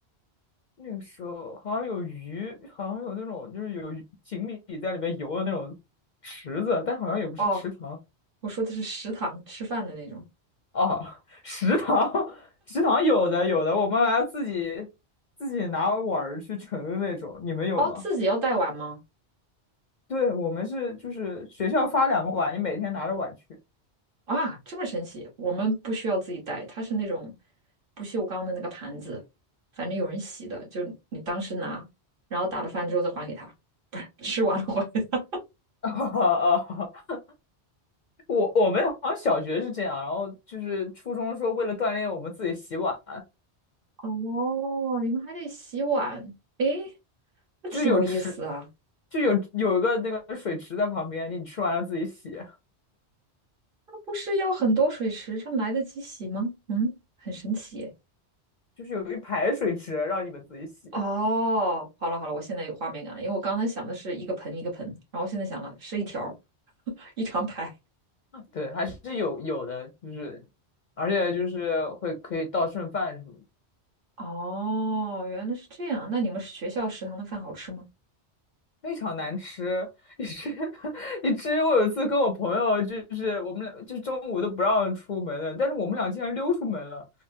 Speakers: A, on the left; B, on the right.
A: 那个时候好像有鱼，好像有那种就是有鱼锦鲤在里面游的那种池子，但好像也不是池塘
B: 哦，我说的是食堂吃饭的那种。
A: 哦，<laughs> 食堂 <laughs> 食堂有的有的，我们还要自己自己拿碗儿去盛的那种，你们有吗？
B: 哦，自己要带碗吗？
A: 对，我们是就是学校发两个碗，你每天拿着碗去。
B: 啊，这么神奇！我们不需要自己带，它是那种不锈钢的那个盘子，反正有人洗的，就你当时拿，然后打了饭之后再还给他，不是吃完了还给他。
A: 哦，<laughs> 我我们好像小学是这样，然后就是初中说为了锻炼我们自己洗碗，
B: <laughs> 哦，你们还得洗碗，诶，那挺有意思啊。
A: 就是有池，就有有一个那个水池在旁边，你吃完了自己洗，
B: 那不是要很多水池上来得及洗吗？嗯，很神奇耶
A: 就是有一排水池让你们自己洗。
B: 哦，好了好了，我现在有画面感了，因为我刚才想的是一个盆一个盆，然后现在想了是一条儿 <laughs> 一长排。
A: <laughs> 对，还是有有的，就是而且就是会可以倒剩饭什么的。
B: 哦，原来是这样。那你们学校食堂的饭好吃吗？
A: 非常难吃，以至 <laughs> 以至于 <laughs> 我有一次跟我朋友，就是我们俩，就是中午都不让出门了，但是我们俩竟然溜出门了，